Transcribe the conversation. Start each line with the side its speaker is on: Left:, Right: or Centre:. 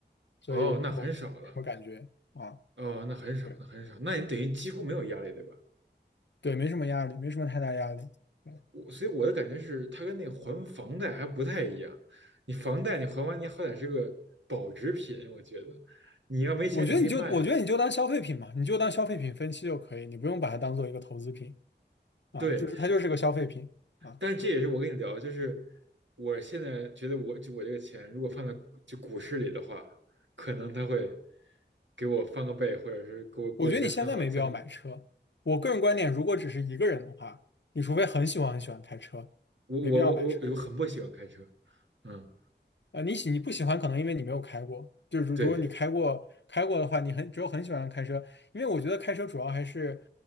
Left: 所以就没什么感觉啊，
Right: 哦，那很少了，哦，那很少，
Left: 是
Right: 那很少，那你等于几乎没有压力对吧？
Left: 对，没什么压力，没什么太大压力。对，
Right: 我所以我的感觉是，它跟那还房贷还不太一样。你房贷你还完，你好歹是个保值品，我觉得你要没钱你可以卖的
Left: 我觉得你就我觉得你就当消费品嘛，你就当消费品分期就可以，你不用把它当做一个投资品啊，
Right: 对，
Left: 就是它就是个消费品啊。
Right: 但是这也是我跟你聊，就是我现在觉得我就我这个钱如果放在就股市里的话，可能他会给我翻个倍，或者是给我给我一些很好的增益。
Left: 我觉得你现在没必要买车。我个人观点，如果只是一个人的话，你除非很喜欢很喜欢开车，
Right: 我我我我我很不喜欢开车，
Left: 没必要买车。
Right: 嗯，
Left: 呃，你喜你不喜欢，可能因为你没有开过。就是如如果你开过开过的话，
Right: 对，
Left: 你很只有很喜欢开车，因为我觉得开车主要还是